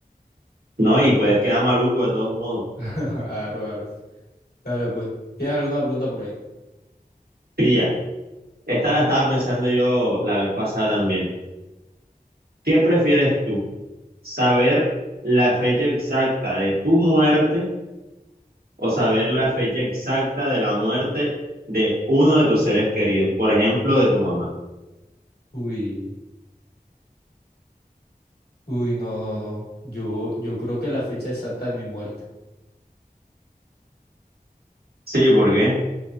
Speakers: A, on the right; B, on the left.
A: ¿no? Y puedes quedar maluco de todos modos.
B: <laughs> Aro, aro. Dale, pues. ¿Tienes alguna pregunta por ahí?
A: Pilla, esta la estaba pensando yo la vez pasada también. ¿Qué prefieres tú? ¿Saber la fecha exacta de tu muerte o saber la fecha exacta de la muerte de uno de tus seres queridos? Por ejemplo, de tu mamá.
B: Uy, uy, no, no, no. Yo, yo creo que la fecha exacta de mi muerte.
A: Sí, ¿por qué?